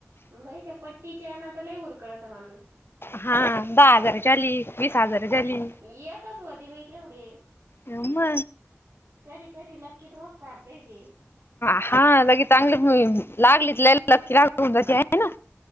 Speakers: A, on the right; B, on the left.
A: बाई त्या पट्टीच्यानं आता लई उरकळत माणूस.
B: हा दहा हजार झाली, वीस हजार झाली.
A: एकच व्हती बाई तेवढे.
B: हाव म
A: कधीकधी लक्की ड्रॉप सारख हाय ते.
B: हा लगे चांगली लागलीत, लय लकी लागु जाते आहे ना.